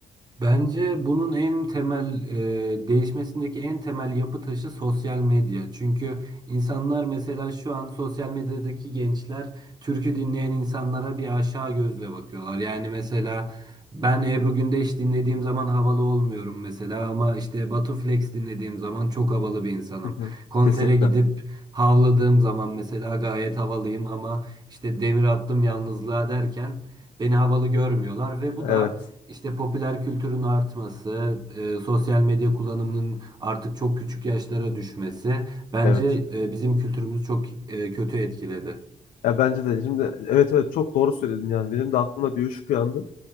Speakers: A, on the right; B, on the left.
A: Bence bunun en temel e, değişmesindeki en temel yapı taşı sosyal medya. Çünkü insanlar mesela şu an sosyal medyadaki gençler türkü dinleyen insanlara bir aşağı gözle bakıyorlar. Yani mesela ben Ebru Gündeş dinlediğim zaman havalı olmuyorum mesela ama işte Batu Flex dinlediğim zaman çok havalı bir insanım.
B: Hı hı.
A: Konsere
B: Kesinlikle.
A: gidip havladığım zaman mesela gayet havalıyım ama işte demir attım yalnızlığa derken beni havalı görmüyorlar ve bu
B: Evet.
A: da işte popüler kültürün artması, e, sosyal medya kullanımının artık çok küçük yaşlara düşmesi bence
B: Evet.
A: e, bizim kültürümüzü çok e, kötü etkiledi.
B: Ya bence de şimdi evet evet çok doğru söyledin yani. Benim de aklımda bir ışık uyandı.